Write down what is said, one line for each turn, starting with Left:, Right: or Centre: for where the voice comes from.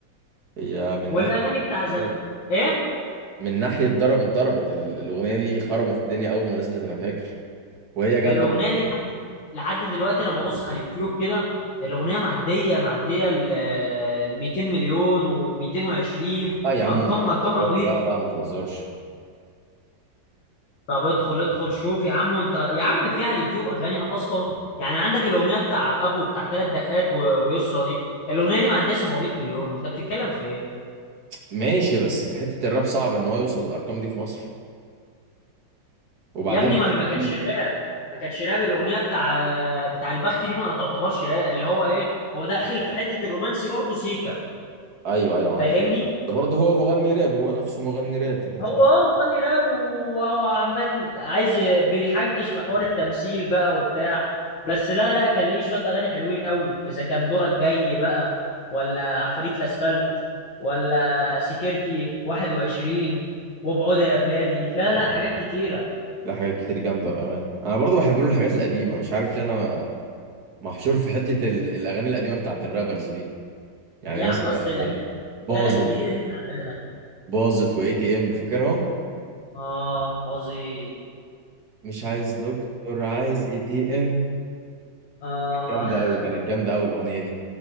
Right: هي من
Left: والاغاني
Right: ناحية
Left: بتاع زمان
Right: ضرب
Left: ايه
Right: من ناحية ضرب اتضربت ال- الأغنية دي خربت الدنيا أول ما نزلت أنا فاكر وهي جامدة
Left: الاغنيه دي لحد لحد دلوقتي لما ببص على اليوتيوب كده الاغنيه معديه معديه ال ال 200 مليون و220
Right: لا يا عم
Left: ارقام
Right: مش الدرجات
Left: ارقام عبيطه
Right: لا لا ما تهزرش
Left: طب ادخل ادخل شوف يا عم وانت يا عم في على اليوتيوب اغاني اصلا يعني عندك الاغنيه بتاع ابو بتاع ثلاث دقات و- ويسرا دي الاغنيه دي معديه 700 مليون انت بتتكلم في ايه
Right: ماشي بس في حتة الراب صعب ان هو يوصل للارقام دي في مصر وبعدين
Left: يا ابني ما هي ما كانتش
Right: مم.
Left: راب ما كانتش راب الاغنيه بتاع بتاع البخت دي ما تعتبرش راب اللي هو ايه هو داخل في حته الرومانسي برضه سيكا
Right: ايوه ايوه معاك
Left: فاهمني
Right: حق برضه هو مغني راب هو نفسه مغني راب في حتة
Left: هو
Right: الراب.
Left: اه مغني راب وهو عمال عايز ي- بيحنكش في حوار التمثيل بقى وبتاع بس لا لا كان ليه شوية أغاني حلوين قوي إذا كان دورك جاي بقى ولا عفاريت الأسفلت ولا سكرتي 21 وبعود يا بلادي لا لا حاجات كتيرة
Right: لا حاجات كتير جامدة بأمانة انا برضه بحب له الحاجات القديمة مش عارف ليه انا محشور في حتة ال- الاغاني القديمة بتاعت الرابرز دي يعني
Left: يا
Right: مثلا
Left: عم أصل الأغاني
Right: باظت
Left: الأغاني الجديدة دي تعبانة
Right: باظت واي تي ام فاكرهم
Left: آه باظي
Right: مش عايز دكتور عايز اي تي ام
Left: آه
Right: جامدة
Left: <laughs>
Right: قوي كانت جامدة قوي الاغنية دي